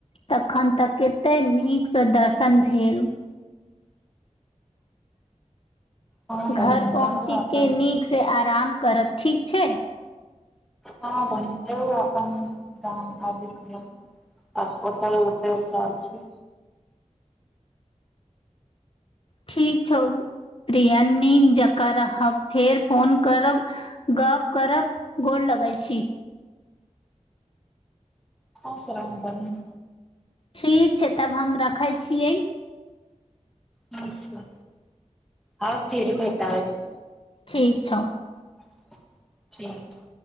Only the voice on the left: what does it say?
तखन तऽ कते नीक से दर्शन भेल
घर
पहुँची
के नीक से आराम करब ठीक छै
ठीक छौ प्रिया नीक जकाँ रहब फेर फोन करब गप्प करब गोरलगै छी
ठीक छै तब हम रखै छियै
ठीक छौ